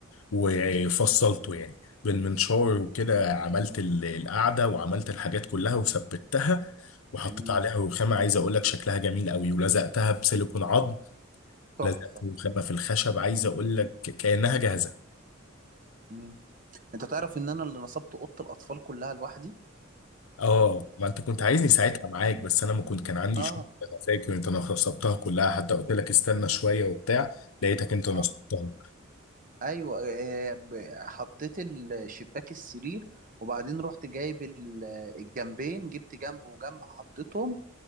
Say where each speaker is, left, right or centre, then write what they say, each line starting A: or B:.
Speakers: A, on the left; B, on the right.
A: وفصلته يعني بالمنشار وكده عملت ال- القعدة وعملت الحاجات كلها وثبتها وحطيت
B: جميل
A: عليها رخامة عايز اقول لك شكلها جميل قوي ولزقتها بسيليكون عظم
B: تحفة
A: لزقت رخامة في الخشب عايز اقول لك كأنها جاهزة
B: مم. انت تعرف ان انا اللي نصبت اوضه الاطفال كلها لوحدي
A: اه ما انت كنت عايزني ساعتها معاك بس انا ما كنت كان عندي
B: اه
A: شغل انا فاكر انت نصبتها كلها حتى قلت لك استنى شوية وبتاع لقيتك انت نصبتها
B: اه ايوه آه، ب- حطيت الشباك السرير وبعدين رحت جايب ال- الجنبين جبت جنب وجنب حطيتهم